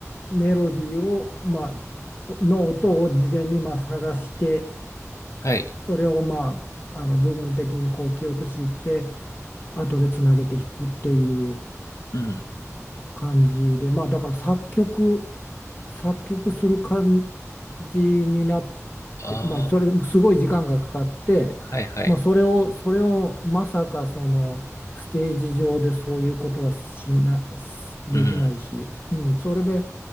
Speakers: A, on the left (about 40°); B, on the left (about 65°).
A: メロディーを、まあ、の音を事前にまあ探して、
B: はい
A: それをまあ、あの部分的にこう記憶して、後でつなげて弾くっていう
B: うん
A: 感じで、まあだから作曲、作曲する感じになっ
B: あ
A: て、まあそれすごい時間がかかって、
B: あはいはい
A: まあそれを、それをまさかそのステージ上でそういうことはしな、できないし、
B: うん
A: うん、それで